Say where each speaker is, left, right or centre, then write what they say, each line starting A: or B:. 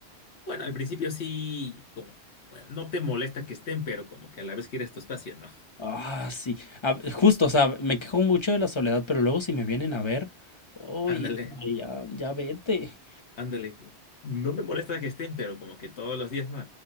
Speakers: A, on the left; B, on the left.
A: Bueno, al principio sí, como, bueno, no te molesta que estén, pero como que a la vez quieres tu espacio, ¿no? <laughs>
B: Ah, sí. A- justo, o sea, me quejo mucho de la soledad, pero luego si me vienen a ver, oye,
A: Ándale,
B: ya, ya vete.
A: ándale. No me molesta que estén, pero como que todos los días, ¿no?